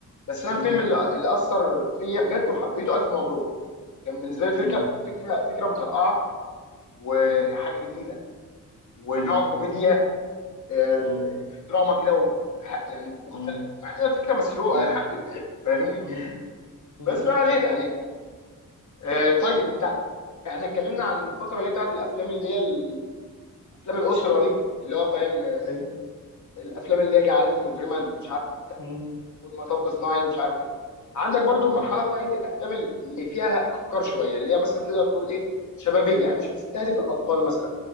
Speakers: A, on the left; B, on the left.
A: بس انا
B: مم.
A: الفيلم اللي اللي اثر فيا بجد وحبيته الف مبروك كان بالنسبه لي فكره
B: مم.
A: فكره فكره مطرقعه وحاجه
B: مم.
A: جديده ونوع
B: مم.
A: كوميديا آه،
B: مم.
A: د- في دراما كده و- ح- يعني مختلف
B: مم.
A: مع ان الفكره مسروقه
B: مم.
A: <laughs> يعني فاهمني
B: مم. مم.
A: بس ما علينا يعني آه طيب انت احنا اتكلمنا عن الفتره اللي هي بتاعت الافلام اللي هي ال- افلام الاسره دي اللي هو فاهم آه،
B: ايوه
A: الافلام اللي هي جعلتني مجرما ومش عارف
B: مم.
A: والمطب صناعي ومش عارف ايه عندك برضو
B: مم.
A: المرحله بتاعت الافلام ال- اللي فيها افكار شويه اللي هي مثلا تقدر تقول ايه شبابيه يعني مش بتستهدف الاطفال مثلا